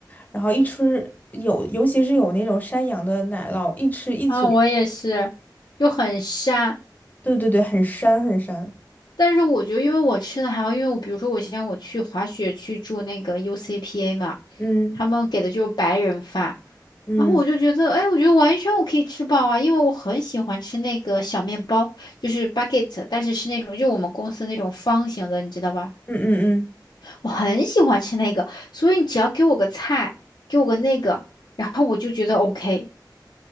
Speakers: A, on the left; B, on the left.
A: 然后一吃有，尤其是有那种山羊的奶酪，一吃一嘴，
B: 啊，我也是。就很沙。
A: 对对对，很膻很膻。
B: 但是我觉得，因为我吃的还好，因为我比如说我像我去滑雪去住那个 UCPA 嘛，
A: 嗯
B: 他们给的就是白人饭，
A: 嗯
B: 然后我就觉得，哎，我觉得完全我可以吃饱啊，因为我很喜欢吃那个小面包，就是 bucket，但是是那种就我们公司那种方形的，你知道吧？
A: 嗯嗯嗯。
B: 我很喜欢吃那个，所以你只要给我个菜，给我个那个，然后我就觉得 OK。